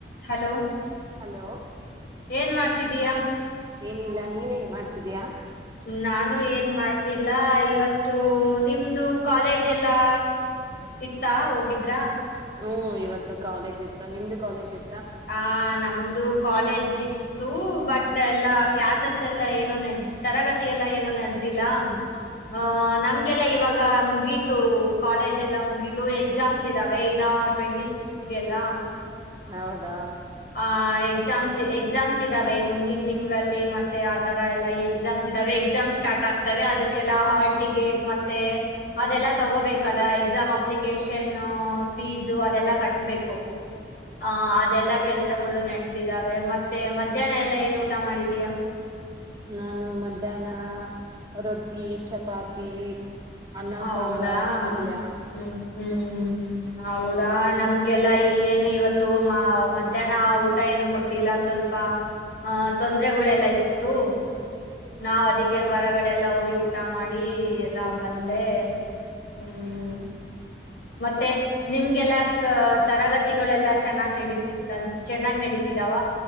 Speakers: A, on the left; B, on the right.
A: Hello
B: hello
A: ಏನ್ ಮಾಡ್ತಿದ್ಯ.
B: ಏನಿಲ್ಲ ನೀನ್ ಎನ್ ಮಾಡ್ತಿದ್ಯ.
A: ನಾನು ಏನ್ ಮಾಡ್ತಿಲ್ಲ ಇವತ್ತು ನಿಮ್ದು. ಕಾಲೇಜ್ ಎಲ್ಲಾ ಇತ್ತಾ ಹೋಗಿದ್ರ.
B: ಹ್ಮ್ ಇವತ್ತು ಕಾಲೇಜ್ ಇತ್ತು ನಿಮ್ದು ಕಾಲೇಜ್ ಇ
A: ಆ ನಮ್ದು ಕಾಲೇಜ್ ಇತ್ತು. ಬಟ್ ಎಲ್ಲಾ ಕ್ಲಾಸಸ್ ಎಲ್ಲಾ ಏನೋ ತರಗತಿ ಎಲ್ಲ ಏನೋ ನೆಡ್ದಿಲ್ಲ. ಅ ನಮ್ಗೆಲ್ಲ ಇವಾಗ ಮುಗೀತು ಕಾಲೇಜ್ ಎಲ್ಲ ಮುಗೀತು ತು ಎಕ್ಸಾಮ್ಸ್ ಇದ್ದಾವೆ ಇನ್ನ ಟ್ವೆಂಟಿ ಸಿಕ್ಸ್ಗೆಲ್ಲ.
B: ಹೌದಾ
A: ಆ ಎಕ್ಸಾಮ್ಸ್ ಎಕ್ಸಾಮ್ಸ್ ಇದ್ದಾವೆ ಮುಂದಿನ ತಿಂಗ -- ಮತ್ತೆ ಆ ತರ ಎಲ್ಲ ಎಕ್ಸಾಮ್ಸ್ ಇದ್ದಾವೆ ಎಕ್ಸಾಮ್ ಸ್ಟಾರ್ಟ್ ಆಗ್ತವೆ ಅದಕ್ಕೆಲ್ಲ ಹಾಲ್ ಟಿಕೆಟ್ ಮತ್ ತೆ ಅದೆಲ್ಲಾ ತಗೋಬೇಕಲ್ಲ ಎಕ್ಸಾಮ್ ಅಪ್ಲಿಕೇಶನ್ನು ಫೀಸು ಅದೆಲ್ಲಾ ಕಟ್ಟಬೇಕ್
B: <unintelligible>
A: ಹಾ ಅ ಅದೆಲ್ಲಾ ಕೆಲ್ಸಗಳು ನೆಡಿತಿದಾವೆ ಮತ್ತೆ ಮಧ್ಯಾಹ್ನ ಎಲ್ಲ ಏನ್ ಊಟ ಮಾಡಿದೀಯಾ.
B: ನಾನು ಮಧ್ಯಾಹ್ನ ರೊಟ್ಟಿ ಚಪಾತಿ, ಅನ್ನ
A: ಹೌದಾ
B: ಸಾಂಬಾರ್ ಪಲ್ಯ
A: ಹ್ಮ್ ಹ್ಮ್ ಹೌದಾ ನಮ್ಗೆಲ್ಲಾ ಇಲ್ ಏನು ಇವತ್ತು. ನಾವ್ ಮಧ್ಯಾನ ಊಟ ಏನು ಕೊಟ್ಟಿಲ್ಲ ಸ್ವಲ್ಪ ತೊಂದ್ರರೆಗಳೆಲ್ಲ ಇ ಇತ್ತು ನಾವ್ ಅದಿಕ್ಕೆಲ್ವರಗಡೆ ಎಲ್ಲಾ ಹೋಗಿ ಊಟ ಮಾಡಿ ಎಲ್ಲಾ ಬಂದ್ ಎ ಹ್ಮ್ ಮತ್ತೆ ನಿಮ್ಗೆಲ್ಲ ಕ್ ತರಗತಿಗಳೆಲ್ಲಾ ಚೆನ್ನಾಗ್ ನಡೀತಿರ್ತ್ತಂತ ಚೆನ್ನಾಗ್ ನಡೀತಿದಾವ.